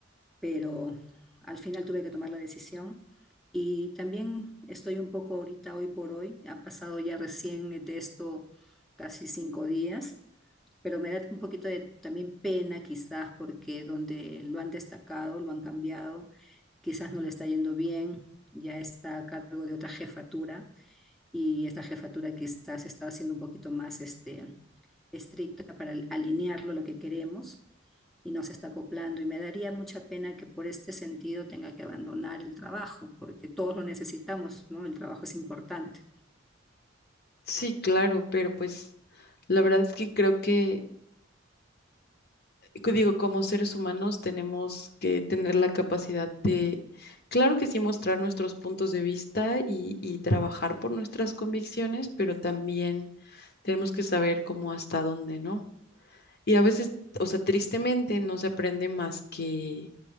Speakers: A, in the centre; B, on the left.
A: pero al final tuve que tomar la decisión. Y también estoy un poco ahorita, hoy por hoy, ha pasado ya recién de esto casi cinco días, pero me da un poquito de también pena quizás porque donde lo han destacado, lo han cambiado, quizás no le está yendo bien, ya está a cargo de otra jefatura y esta jefatura quizás está siendo un poquito más este, estricta para alinearlo a lo que queremos y nos está acoplando. Y me daría mucha pena que por este sentido tenga que abandonar el trabajo, porque todos lo necesitamos, ¿no? El trabajo es importante
B: sí, claro, pero pues la verdad es que creo que que digo, como seres humanos tenemos que tener la capacidad de, claro que sí, mostrar nuestros puntos de vista y, y trabajar por nuestras convicciones, pero también tenemos que saber cómo hasta dónde, ¿no? Y a veces, o sea, tristemente no se aprende más que